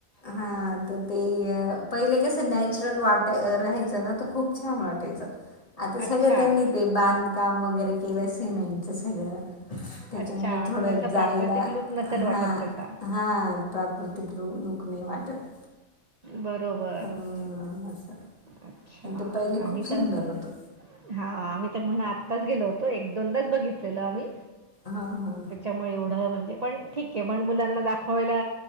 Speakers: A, on the left (about 25°); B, on the right (about 65°).
A: हा तर ते ही आहे पहिले कसं नॅचरल वाट राहायचं ना तो खूप छान वाटायच आता सगळ्या
B: अच्छा
A: त्यांनी ते बांधकाम वगैरे केलं सेम आहे यांचा सगळं. त्याच्यामुळे
B: अच्छा आता
A: थोडं
B: त्याचा
A: जायला
B: प्राकृतिक लूक नसेल
A: हा.
B: वाटत त्याचा
A: हां प्राकृतिक रु लूक नाही वाटत.
B: बरोबर
A: हा असं.
B: अच्छा
A: नाही तर पहिले खूप
B: आम्ही
A: सुंदर
B: तर
A: होतं
B: हा आम्ही तर म्हणा आत्ताच गेलो होतो एक दोनदाच बघितलेल आम्ही.
A: हा हा.
B: त्यामुळे ऐवढ म्हणजे पण ठीक आहे म्हण मुलांना दाखवायला